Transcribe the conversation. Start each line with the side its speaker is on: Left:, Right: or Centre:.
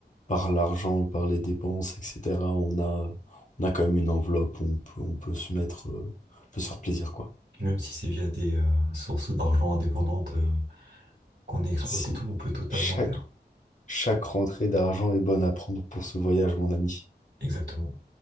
Left: par l'argent, par les dépenses, etc. On a, on a quand même une enveloppe où on peut, on peut se mettre, euh, on peut se faire plaisir, quoi.
Right: puis même si c'est via des euh, sources d'argent indépendantes euh, qu'on exploite
Left: Si
Right: et tout, on peut totalement
Left: chaque,
Right: le faire.
Left: Chaque rentrée d'argent est bonne à prendre pour ce voyage, mon ami.
Right: Exactement.